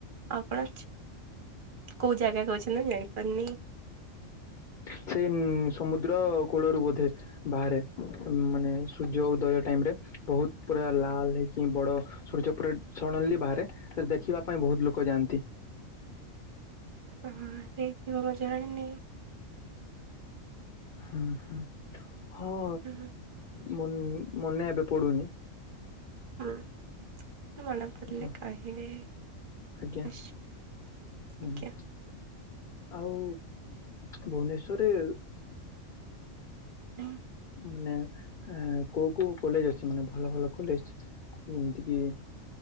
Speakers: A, on the right; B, on the left.
A: ଆପଣ? କୋଉ ଜାଗା କହୁଛନ୍ତି ମୁଁ ଜାଣିପାରୁନି।
B: <unintelligible> ସମୁଦ୍ର କୂଳରୁ ବୋଧେ। ବାହାରେ ମାନେ ସୂର୍ଯ୍ୟ ଉଦୟ ଟାଇମ୍ ରେ, ବହୁତ୍ ପୁରା ଲାଲ ହେଇକି ବଡ ସୂର୍ଯ୍ୟ ପୁରା ସଡନଲି ବାହାରେ ତାକୁ ଦେଖିବା ପାଇଁ ବହୁତ ଲୋକ ଯାଆନ୍ତି।
A: ହଁ ହେଇଥିବ ମୁଁ ଜାଣିନି।
B: ହୁଁ ହୁଁ ହଁ
A: ହୁଁ
B: ମନ ମନେ ଏବେ ପଡୁନି।
A: <unintelligible> ମନେ ପଡ଼ିଲେ
B: ଦେଖିବା
A: କହିିବେ।
B: ଆଜ୍ଞା
A: ନିଶ୍ଚେ
B: ହୁଁ
A: ଆଜ୍ଞା।
B: ଆଉ ଭୁବନେଶ୍ଵରରେ
A: ହୁଁ
B: ମାନେ କୋଉ କୋଉ କଲେଜ ଅଛି ମାନେ ଭଲ ଭଲ କଲେଜ? ଯେମିତିକି